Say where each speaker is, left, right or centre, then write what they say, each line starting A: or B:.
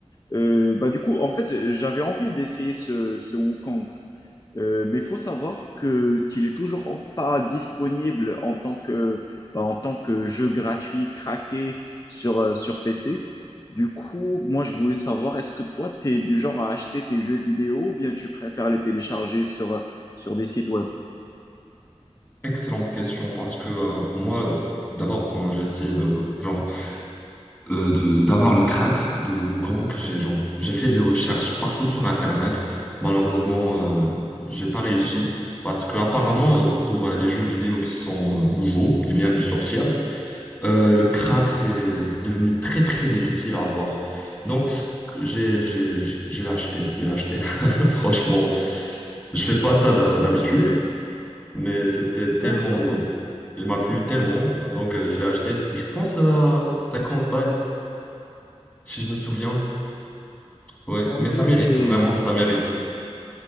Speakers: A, on the left (about 30°); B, on the left (about 15°).
A: Euh, bah du coup, en fait, j'avais envie d'essayer ce, ce Wukong, Euh, mais il faut savoir que qu'il est toujours en- pas disponible en tant que, bah, en tant que jeu gratuit craqué sur, euh, sur PC. Du coup, moi, je voulais savoir, est-ce que toi, tu es du genre à acheter tes jeux vidéo ou bien tu préfères les télécharger sur, sur des sites web?
B: Excellente question parce que euh, moi, d'abord, quand j'ai essayé de, de- genre euh, de d'avoir le crack de Wukong, j'ai genre j'ai fait des recherches partout sur Internet. Malheureusement, euh, j'ai pas réussi parce que apparemment, euh, pour euh, les jeux vidéo qui sont euh, nouveaux, qui viennent de sortir, euh, le crack c'est devenu très très difficile à avoir. Donc ce- j'ai j'ai j'ai acheté, j'ai acheté. <laughs> Franchement, je fais pas ça d'ha- d'habitude
A: Ok,
B: mais c'était tellement...
A: d'accord.
B: Il m'a plu tellement, donc euh, je l'ai acheté, je pense à 50 balles, si je me souviens. Ouais,
A: Ah
B: mais
A: ouais.
B: ça mérite, vraiment, ça mérite.